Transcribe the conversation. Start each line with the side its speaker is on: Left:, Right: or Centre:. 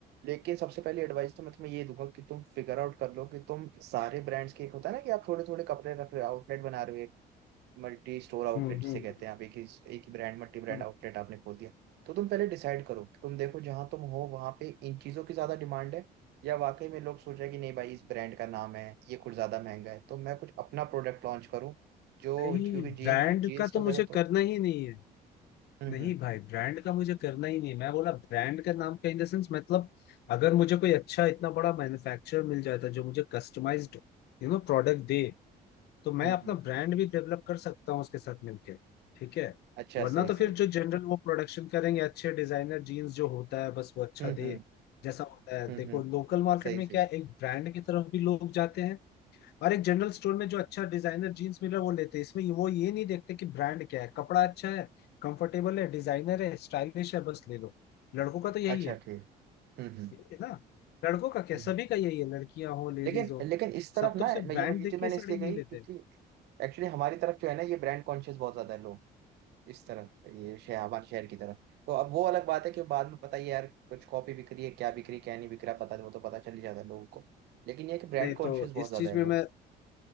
Right: लेकिन सबसे पहली एडवाइस तो मैं तुम्हें ये दूंगा कि तुम फिगर आउट कर लो कि तुम सारे ब्रांड्स के एक होता है ना कि आप थोड़े थोड़े कपड़े रख रहे हो आउटलेट बना रहे हो मल्टी स्टोर आउटलेट
Left: हम्म
Right: जिसे
Left: हम्म
Right: कहते हैं आप एक ही एक ही ब्रांड मल्टी ब्रांड
Left: हम्म।
Right: आउटलेट आपने खोल दिया तो तुम पहले डिसाइड करो तुम देखो जहां तुम हो वहां पे इन चीजों की ज्यादा डिमांड है या वाकई में लोग सोच रहे हैं कि नहीं भाई इस ब्रांड का नाम है ये कुछ ज्यादा महंगा है तो मैं कुछ अपना प्रोडक्ट लॉन्च करूँ जो
Left: नहीं
Right: क्योंकि जीन्स
Left: ब्रांड
Right: जीन्स
Left: का
Right: का
Left: तो
Right: कह
Left: मुझे
Right: रहे हो तो
Left: करना ही नहीं है
Right: हम्म
Left: नहीं
Right: हम्म
Left: भाई ब्रांड का मुझे करना ही नहीं है मैं बोला ब्रांड का नाम का इन द सेंस मतलब अगर मुझे कोई अच्छा इतना बड़ा मैन्युफैक्चरर मिल जाता जो मुझे कस्टमाइज्ड यू नो प्रोडक्ट दे तो मैं
Right: हम्म
Left: अपना
Right: हम्म,
Left: ब्रांड भी डेवलप कर सकता हूँ उसके साथ मिलके ठीक है
Right: अच्छा
Left: वरना
Right: सही
Left: तो
Right: सही
Left: फिर जो जनरल वो प्रोडक्शन करेंगे अच्छे डिजाइनर जीन्स जो होता है बस वो अच्छा
Right: हम्म
Left: दे
Right: हम्म
Left: जैसा होता है
Right: हम्म
Left: देखो
Right: हम्म
Left: लोकल मार्केट
Right: सही
Left: में
Right: सही
Left: क्या है, एक ब्रांड की तरफ भी लोग जाते हैं और एक जनरल स्टोर में जो अच्छा डिजाइनर जीन्स मिल रहा है वो लेते हैं इसमें वो ये नहीं देखते कि ब्रांड क्या है कपड़ा अच्छा है कंफर्टेबल है डिजाइनर है स्टाइलिश है बस ले लो लड़कों का तो यही
Right: अच्छा
Left: है
Right: ठीक हम्म हम्म
Left: यही है ना लड़कों का क्या
Right: हम्म।
Left: सभी का यही है लड़कियां हो लेडीज
Right: लेकिन
Left: हो
Right: लेकिन इस तरफ
Left: सब
Right: ना
Left: तो सिर्फ
Right: मैं
Left: ब्रांड
Right: ये ये
Left: देख
Right: चीज मैंने
Left: के साड़ी
Right: इसलिए
Left: नहीं
Right: कही
Left: लेते
Right: क्योंकि एक्चुअली हमारी तरफ जो है ना ये ब्रांड कॉन्शियस बहुत ज्यादा है लोग इस तरफ ये शहर हमारे शहर की तरफ तो अब वो अलग बात है कि बाद में पता ही है यार कुछ कॉपी बिक रही है क्या बिक रही है क्या नहीं बिक रहा पता वो तो पता चल ही जाता है लोगों को लेकिन ये है कि ब्रांड
Left: नहीं
Right: कॉन्शियस
Left: तो
Right: बहुत
Left: इस
Right: ज्यादा
Left: चीज
Right: है
Left: में
Right: लोग
Left: मैं